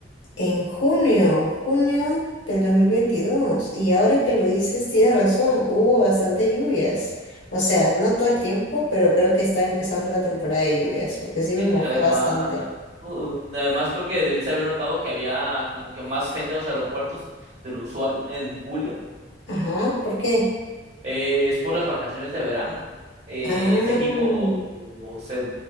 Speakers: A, on the left; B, on the right.
A: en junio, junio del 2022 y ahora que lo dices, tienes razón, hubo bastantes lluvias. O sea, no todo el tiempo, pero creo que está empezando la temporada de lluvias, porque sí
B: Sí,
A: me mojé
B: además,
A: bastante.
B: uh, además creo que debiste haber notado que había como que más gente en los aeropuertos de lo usual en julio.
A: Ajá, ¿por qué?
B: Eh, es por las vacaciones de verano. Eh,
A: Ah,
B: en México se...